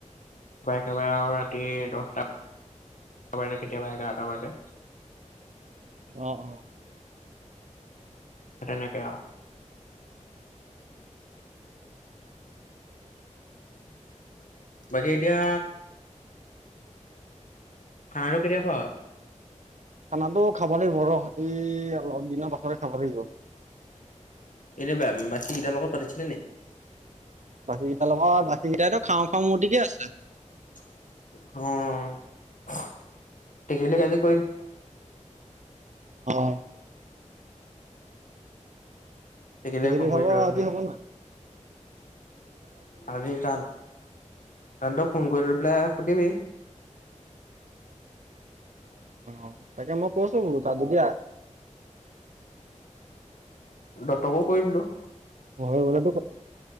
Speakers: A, on the left; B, on the right.
A: একেবাৰে আৰু ৰাতি দহটা এ বাৰ কেতিয়াবা এঘাৰটা বাজে।
B: অ' অ'।
A: তেনেকে আও। বাকী এতিয়া খানাটো কেতিয়া খোৱা হয়?
B: খানাটো খাব লাগিব ৰহ, এই অলপ দিনৰ পাছতে খাব লাগিব।
A: এনে বা-বাকি কিটা লগত পাতিছিলি নি?
B: বাকি কেইটাৰ লগত বাকি কেইটাইটো খাওঁ খাওঁ মূৰ্তিকে আছে।
A: অ' <unintelligible>
B: অ'।
A: টেকেলিক
B: সেইখিনি
A: ফোন কৰিছিলো
B: ভাব
A: অথনি
B: আজি হ'ব ন?
A: আজি ৰা, তান ফোন কৰি পেলাই শুধিবি।
B: অ' তাকে মই কৈছো তাত যদি
A: দত্তকো কৰি দিলো।
B: হয় বোলাটো,